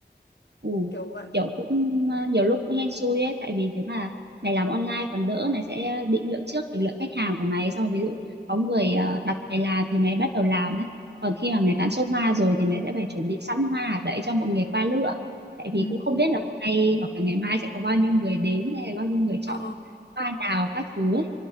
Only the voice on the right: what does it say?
ừ.
Kiểu cũng ờ, nhiều lúc cũng hên xui ấy, tại vì nếu mà mày làm online còn đỡ, mày sẽ định lượng trước được lượng khách hàng của mày. Xong rồi ví dụ có người ờ, đặt mày làm thì mày bắt đầu làm ấy. Còn khi mà mày bán xong hoa rồi thì mày sẽ phải chuẩn bị sẵn hoa ở đấy cho mọi người qua lựa. Tại
vì cũng không biết là hôm nay hoặc là ngày mai sẽ có bao nhiêu người đến hay bao nhiêu người chọn
hoa nào các thứ ấy.